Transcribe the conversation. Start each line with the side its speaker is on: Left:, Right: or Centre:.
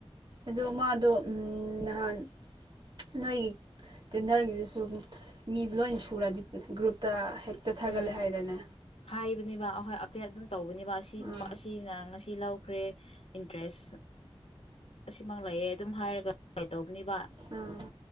Right: ꯑꯗꯨ ꯃꯥꯗꯣ ꯎꯝ ꯅꯍꯥꯟ ꯅꯣꯏꯒꯤ ꯇꯦꯟꯗꯔꯒꯤꯗꯁꯨ ꯃꯤ ꯂꯣꯏꯅ ꯁꯨꯔꯗꯤ ꯒ꯭ꯔꯨꯞꯇ ꯊꯥꯒꯠꯂꯦ
Left: ꯎꯝ
Right: ꯍꯥꯏꯗꯅꯦ
Left: ꯍꯥꯏꯕꯅꯦꯕ ꯑꯍꯣꯏ ꯗꯦ ꯑꯗꯨ ꯇꯧꯕꯅꯤꯕ ꯑꯁꯤ
Right: ꯑꯥ
Left: ꯅꯨꯄꯥ ꯑꯁꯤꯅ ꯉꯁꯤ ꯂꯧꯈ꯭ꯔꯦ ꯏꯟꯇꯔꯦꯁ ꯂꯤꯁꯤꯡ ꯝꯉꯥ ꯂꯥꯛꯑꯦ ꯑꯗꯨꯝ ꯍꯥꯏꯔꯒ ꯇꯧꯕ ꯅꯤꯕ
Right: ꯑꯥ